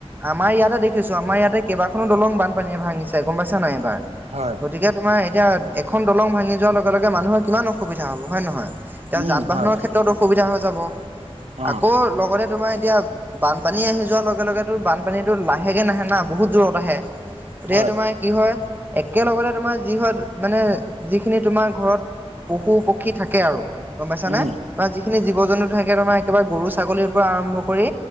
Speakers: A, on the right; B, on the right.
A: আমাৰ ইয়াতে দেখিছো আমাৰ ইয়াতে কেইবাখনো দলং বানপানীয়ে ভাঙিছে গম পাইছা নাই এবাৰ
B: হয়
A: গতিকে তোমাৰ এতিয়া এখন দলং ভাঙি যোৱাৰ লগে লগে মানুহৰ কিমান অসুবিধা হ'ব হয় নহয় এতিয়া
B: উম,
A: যান বাহনৰ
B: হয়,
A: ক্ষেত্ৰত অসুবিধা হৈ যাব
B: অ',
A: আকৌ লগতে তোমাৰ এতিয়া বানপানী আহি যোৱাৰ লগে লগেতো বানপানীতো লাহেকে নাহে না বহুত দূৰত আহে গতিকে
B: হয়,
A: তোমাৰ কি হয় একেলগতে তোমাৰ যি হয় মানে যিখিনি তোমাৰ ঘৰত পশু পক্ষী থাকে আৰু গম পাইছানে
B: উম,
A: তোমাৰ যিখিনি জীৱ জন্তু থাকে তোমাৰ একবাৰে গৰু ছাগলীৰ পৰা আৰম্ভ কৰি